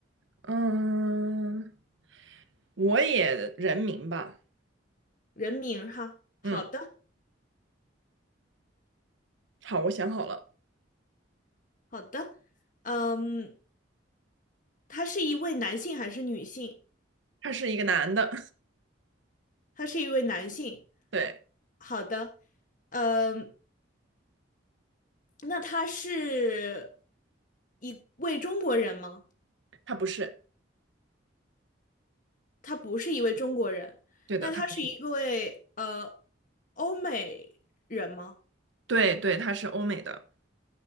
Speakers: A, on the right (about 75°); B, on the left (about 45°).
A: <laughs> 嗯，我也人名吧。
B: 人名儿哈。好的，
A: 嗯，好，我想好了，
B: 好的，嗯，他是一位男性还是女性？
A: 他是一个男的，
B: 他是一位男性。
A: <laughs> 对，
B: 好的，呃，那他是一位中国人吗？
A: 他不是，
B: 他不是一位中国人，
A: 对的，
B: 那他是一位呃
A: 他不是的
B: 欧美人吗？
A: 对对，他是欧美的。